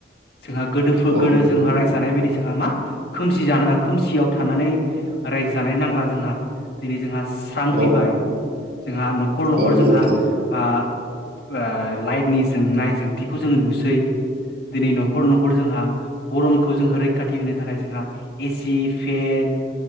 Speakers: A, on the left; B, on the right.
A: जोंहा गोदो
B: औ
A: गोदो
B: नोंथां
A: जोंहा रायजो जानाय बायदि जोंहा मा खोमसि जानो खोमसियाव थानानै रायजो जानाय नांला जोंहा दिनै जोंहा स्रां
B: औ
A: फैबाय जोंहा न'खर न'खर
B: औ
A: जोंहा
B: नंगौ नोंथां
A: ओ लाइटनि जोंनाय जोंथिखौ जोङो नुसै दिनै न'खर न'खर जोंहा गरमखौ जोंङो रैखाथि होनो थाखाय जोंहा एसि, फेन